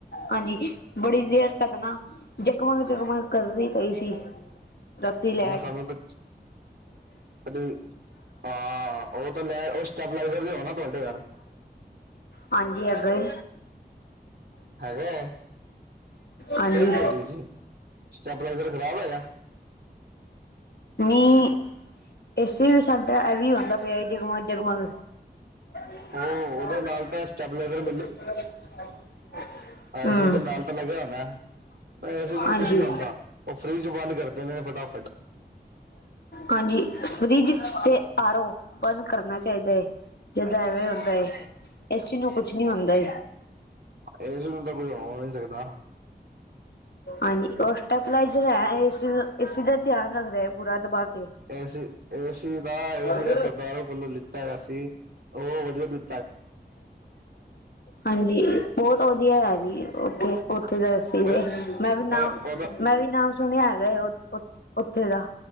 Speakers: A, on the left; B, on the right.
A: ਹਾਂਜੀ। ਬੜੀ ਦੇਰ ਤੱਕ ਨਾ, ਜਗਮਗ-ਜਗਮਗ ਕਰਦੀ ਪਈ ਸੀ। ਰਾਤੀ ਲੈਟ
B: ਉਹਨੇ ਸਾਨੂੰ ਤੇ ਅੱਧੀ ਹਾਂ। ਉਹ ਤਾਂ ਲੈ, ਉਹ ਸਟੈਬਲਾਈਜ਼ਰ ਹੋਣਾ ਤੁਹਾਡੇ ਘਰ
A: ਹਾਂਜੀ। ਅਗਰ
B: ਹੈਗਾ ਐ।
A: ਹਾਂਜੀ
B: ਫੇਰ ਕਿ ਹੋ ਰਹੀ ਸੀ। ਸਟੈਪਲਾਈਜ਼ਰ ਖ਼ਰਾਬ ਹੈਗਾ?
A: ਨਹੀਂ, ਏਸੀ ਵੀ ਸਾਡਾ ਇਹ ਹੀ ਹੁੰਦਾ ਪਿਆ। ਜਗਮਾ-ਜਗਮਗ <inaudible>
B: ਉਹ ਉਹਦੇ ਨਾਲ ਤਾਂ ਸਟੈਬਲਾਈਜ਼ਰ ਆਈ
A: ਹੂੰ
B: ਸੂ ਦੇ ਨਾਲ ਤਾਂ ਲੱਗਿਆ ਹੋਦਾ ਐ। ਏਸੀ ਨੂੰ
A: ਹਾਂਜੀ।
B: ਕੁਝ ਨੀ ਹੁੰਦਾ, ਉਹ ਫਰਿਜ ਬੰਦ ਕਰਦੇ ਨੇ ਫਟਾਫਟ।
A: ਹਾਂਜੀ। ਫਰਿੱਜ, ਤੇ ਆਰ-ਰੋ ਬੰਦ ਕਰਨਾ ਚਾਈਦਾ ਏ, ਜਦ ਐਵੇਂ ਹੁੰਦਾ ਏ ਏਸੀ ਨੂੰ ਕੁਛ ਨੀ ਹੁੰਦਾ ਏ।
B: ਏਸੀ ਨੂ ਤਾਂ। ਕੁਝ ਹੋ ਨਈ ਸਕ ਦਾ।
A: ਹਾਂਜੀ, ਔ ਸਟੈਪਲਾਈਜਰ ਹੈ। ਏਸੀ- ਏਸੀ ਦਾ ਤਿਆਨ ਰੱਖਦਾ ਏ, ਪੂਰਾ ਦਬਾ ਕੇ।
B: ਏਸ- ਏਸੀ ਦਾ, ਏਸੀ
A: ਹਾਂਜੀ
B: ਸਰਦਾਰਾਂ ਕੋਲੋਂ ਲਿੱਤਾ ਹੋਈਆ ਸੀ। ਔ ਵਧੀਆ ਦਿੱ
A: ਹਾਂਜੀ, ਬੋਤ ਵਧੀਆ ਹੈ ਜੀ। ਉੱਥੇ ਪੰਦਰਾਂ ਅਸੀਂ
B: ਪਰ
A: ਗੇ। ਮੈਂ ਵੀ ਨਾਂ
B: ਪਰ ਉਹਦਾ
A: ਮੈਂ ਵੀ ਨਾ ਸੁਣਿਆ ਹੈਗਾ, ਓਥ- ਉੱਥੇ ਦਾ।